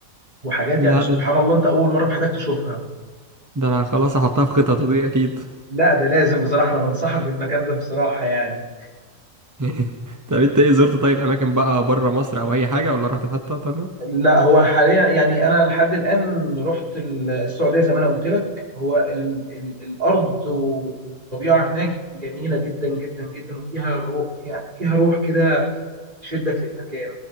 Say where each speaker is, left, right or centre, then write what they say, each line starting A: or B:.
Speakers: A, on the right (about 35°); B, on the right (about 15°).
A: وحاجات
B: لا
A: يعني سبحان
B: ده
A: الله انت اول مره في حياتك تشوفها
B: ده انا خلاص هحطها في خططي دي اكيد
A: لا ده لازم بصراحه انا بنصحك بالمكان ده بصراحه يعني
B: <laughs> طب انت ايه زرت طيب اماكن بقى بره مصر او اي حاجه ولا رحت في حته تانية
A: لا هو حاليا يعني انا لحد الان رحت السعوديه زي ما انا قلت لك هو ال ال الارض والطبيعه هناك جميله جدا جدا جدا وفيها روح يعني فيها روح كده تشدك للمكان